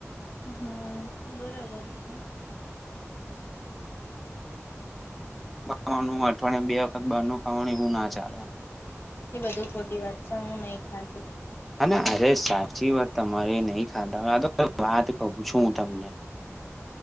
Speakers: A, on the left; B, in the centre.
A: હા બરાબર છે.
B: વા અઠવાડિયે બે વખત બારનું ખાવાનું એવું ના ચાલે એમ
A: એ બધું ખોટી વાત છે. હું નહી ખાતી.
B: હાને અરે સાચી વાત તમારી નહી ખાતા હો આ વાત કહું છું. હું તમને.